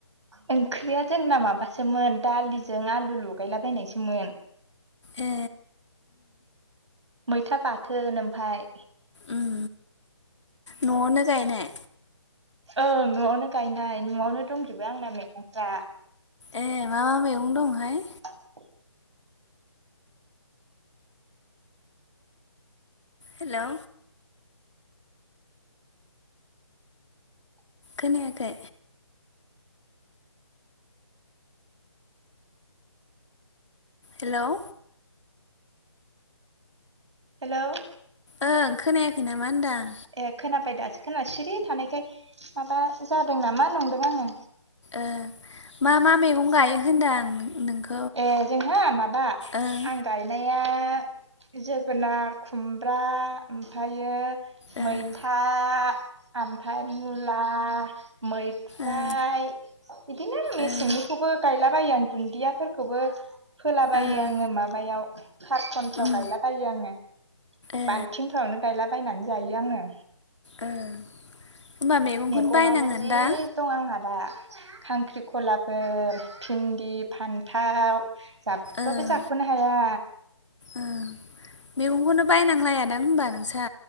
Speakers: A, on the right; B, on the left.
A: ओंख्रिया जोंना माबासोमोन दालिजों आलु लगायलाबायनायसोमोन
B: ए
A: मैथा बाथोन ओमफ्राय
B: उम न'आवनो गायनाय
A: ओं न'आवनो गायनाय न'आवनो दंजोबो आंना मैगंफ्रा
B: ए मा मा मैगं दंहाय
A: <inaudible>
B: हेलौ खोनायाखै हेलौ
A: हेलौ
B: ओं खोनायाखै नामा होनदां?
A: ए खोनाबाय दासो खोनासिरि थानायखाय माबा जादों नामा नंदों आङो
B: ओ मा मा मैगं गायो होनदों आं नोंखौ
A: ए जोंहा माबा
B: ओं
A: आं गायनाया जोगोनार खुमब्रा ओमफ्रायो
B: ओं
A: मैथा ओमफ्राय मुला मैफ्राय
B: ओं
A: बिदिनो आं मेसेंनिखौबो
B: ओं
A: गायलाबायो आं दुन्दियाफोरखौबो फोलाबायो
B: ओं
A: आङो माबा माबायाव कारटनफ्राव
B: उम
A: गायलाबायो आङो
B: ए
A: बाल्थिंफ्रावनो गायलाबायायनानै जायो आङो
B: ओं होनबा मैगंखौनो
A: मैगंआनो
B: बायनाङादां
A: जि दं आंना दा खांख्रिखलाफोर भिन्दि फान्थाव जाबा
B: ओं
A: बो जाख'नो हाया
B: ओं मैगंखौनो बायनांलायादां होनबा नोंस्रा